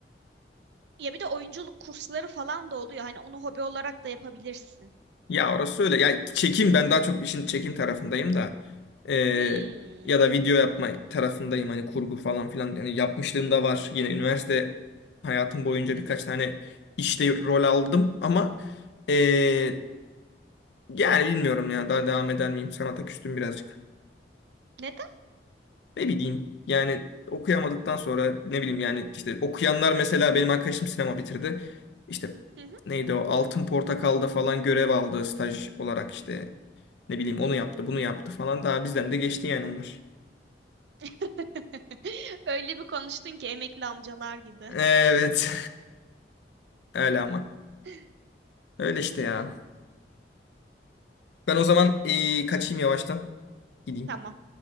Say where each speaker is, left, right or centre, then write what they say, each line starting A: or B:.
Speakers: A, on the right; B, on the left.
A: Ya bir de oyunculuk kursları falan da oluyor. Hani onu hobi olarak da yapabilirsin.
B: Ya orası öyle. Ya çekim ben daha çok işin çekim tarafındayım da E,
A: Hmm.
B: ya da video yapma tarafındayım hani kurgu falan filan yani yapmışlığım da var.
A: Hı hı,
B: Yine üniversite hayatım boyunca
A: hı
B: birkaç
A: hı.
B: tane işte rol aldım ama ee, Yani bilmiyorum ya daha devam eder miyim? Sanata küstüm birazcık.
A: Neden?
B: Ne bileyim yani okuyamadıktan sonra ne bileyim yani işte okuyanlar mesela benim arkadaşım sinema bitirdi. İşte
A: Hı hı,
B: neydi o Altın Portakal'da falan görev aldı staj olarak işte ne bileyim onu
A: hı hı.
B: yaptı bunu yaptı falan daha bizden de geçti yani onlar.
A: <laughs> Öyle bir konuştun ki emekli amcalar gibi.
B: Evet <laughs> öyle ama
A: <laughs>
B: öyle işte ya. Ben o zaman eee, kaçayım yavaştan gideyim
A: Tamam.